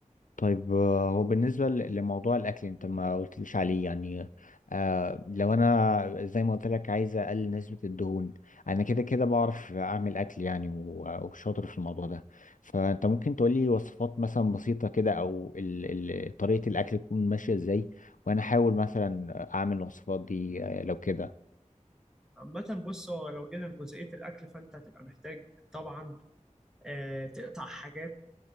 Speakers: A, on the left (about 90°); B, in the centre.
A: طيب آه، هو بالنسبة ل- لموضوع الأكل أنت ما قلتليش عليه يعني آه لو أنا زي ما قلت لك عايز أقلل نسبة الدهون أنا كده كده بعرف أعمل أكل يعني و- وشاطر في الموضوع ده فأنت ممكن تقولي وصفات مثلا بسيطة كده أو ال ال طريقة الأكل تكون ماشية إزاي وأنا أحاول مثلا أعمل الوصفات دي آه، لو كده
B: عامة بص هو لو جينا لجزئية الأكل فأنت هتبقى محتاج طبعا آه، تقطع حاجات